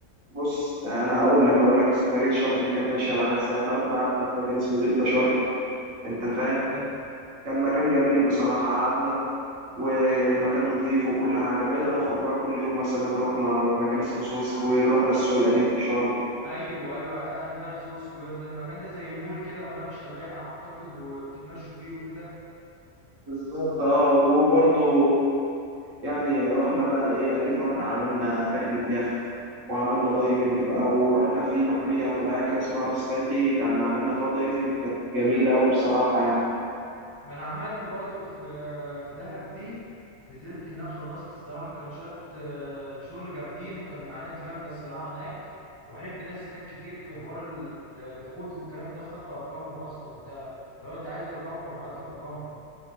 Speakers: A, on the right; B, on the left.
A: بص أنا هقول لك هقول لك سفرية شرم دي كانت ماشية معايا إزاي إحنا رحنا قعدنا في مكان اسمه دلتا شرم أنت فاهم
B: آه،
A: كان مكان جميل بصراحة قعدنا والمكان نظيف وكل حاجة بقينا نخرج بقى كل يوم مثلا رحنا مكان اسمه سوهو سكوير رحنا السوق القديم في شرم
B: ايوه ايوه عارف انا سو سكوير ده مكان ده زي مول كده وممشى باين على ما اعتقد وبتتمشوا فيه وكده
A: بالظبط اه وبرضه يعني رحنا بقى ايه اكيد رحنا عملنا رحلة يخت وعملنا دايفنج بقى ورحنا في محمية طبيعية كده اسمها راس كاتي كان عملنا فيها دايفنج كانت جميلة أوي بصراحة يعني
B: ما انا عملت برضو في في دهب دي نزلت هناك غطست الصراحه كان شويه آه، شغل جامدين وكان مع ناس جامده الصراحه هناك وعرفت ناس هناك كتير في حوار ال- اليخوت والكلام ده خدت ارقامهم اصلا وبتاع لو انت عايز رقمهم ابعت لك رقمهم